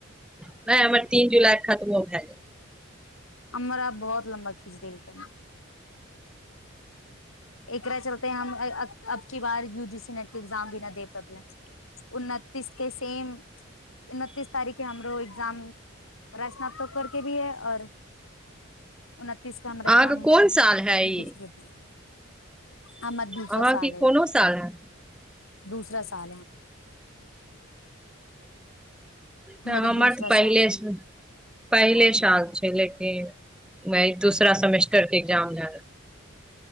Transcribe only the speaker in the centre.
नहि हमर तीन जुलाई खतमो भे
अहाँके
कोन साल है ई
अहाँके
कोनो साल है
तऽ
हमर
तऽ पहिले
पहिले साल छै लेकिन दूसरा सेमेस्टर के एग्जाम लए रहल।